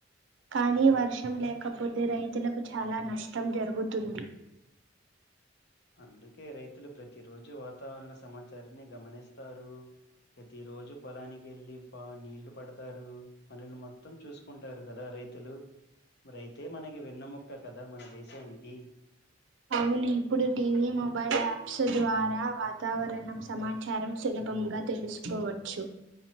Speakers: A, on the right; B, on the left.
A: కానీ వర్షం లేకపోతే రైతులకు చాలా నష్టం జరుగుతుంది
B: అందుకే రైతులు ప్రతిరోజు వాతావరణ సమాచారాన్ని గమనిస్తారు ప్రతి రోజు పొలానికి వెళ్ళి బ నీళ్లు పడతారు పనులు మొత్తం చూసుకు ఉంటారు కదా రైతులు రైతే మనకి వెన్నుముక్క కదా మన దేశానికి
A: అవును ఇప్పుడు టీవీ మొబైల్ యాప్స్ ద్వారా వాతావరణం సమాచారం సులభంగా తెలుసుకోవచ్చు